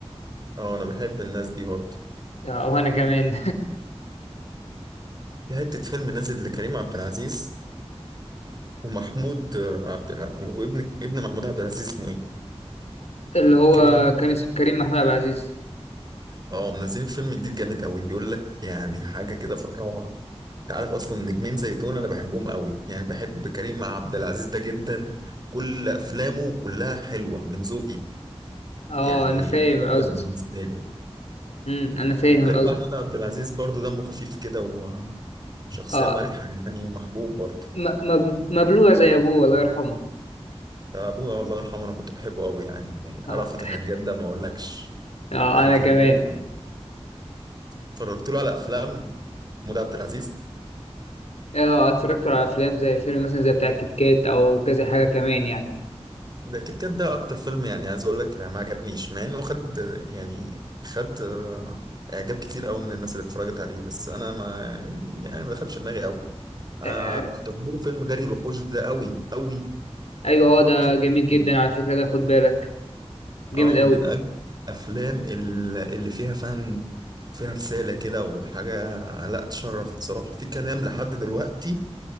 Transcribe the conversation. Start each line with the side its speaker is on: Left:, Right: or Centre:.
Right: اه انا بحب الناس دي برضه
Left: آه وانا كمان
Right: في حته فيلم نازل لكريم عبد العزيز ومحمود آه، عبد الع... وابن ابن محمود عبد العزيز اسمه ايه
Left: <laughs> اللي هو
Right: كريم
Left: كان اسمه كريم محمود عبد العزيز
Right: اه منزلين فيلم جديد جامد قوي بيقول لك يعني حاجه كده في الروعه انت عارف اصلا نجمين زي دول انا بحبهم قوي يعني بحب كريم عبد العزيز ده جدا كل افلامه كلها حلوه من ذوقي
Left: اه
Right: يعني
Left: انا فاهم
Right: مفضل
Left: القصد
Right: بالنسبه لي
Left: امم انا فاهم
Right: وكريم
Left: القصد
Right: محمود عبد العزيز برضو دمه خفيف كده وشخصيه
Left: اه
Right: مرحه يعني ومحبوب برضو
Left: م- مب- مبلوع زي ابوه الله يرحمه
Right: ده ابويا الله يرحمه انا كنت بحبه قوي يعني رأفت
Left: اه,
Right: الهجان ده ما اقولكش
Left: آه
Right: ده
Left: انا
Right: كان
Left: كمان
Right: جامد قوي. اتفرجت له على افلام محمود عبد العزيز
Left: اه اتفرجت على افلام زي فيلم مثلا زي بتاع الكيت كات او كذا حاجه كمان يعني
Right: ده كيت كات ده اكتر فيلم يعني عايز اقول لك ما عجبنيش مع انه خد يعني خد آه، اعجاب كتير قوي من الناس اللي اتفرجت عليه بس انا ما يعني ما دخلش دماغي قوي آه
Left: آه
Right: كنت بحبه فيلم جري الوحوش ده قوي قوي
Left: ايوه اه ده
Right: فيلم
Left: جميل جدا
Right: جامد.
Left: على فكره ده خد بالك جامد
Right: اه
Left: قوي
Right: من اجمل الافلام ال- اللي فيها فن فيها رسالة كده وحاجة لا تشرف بصراحة في كلام لحد دلوقتي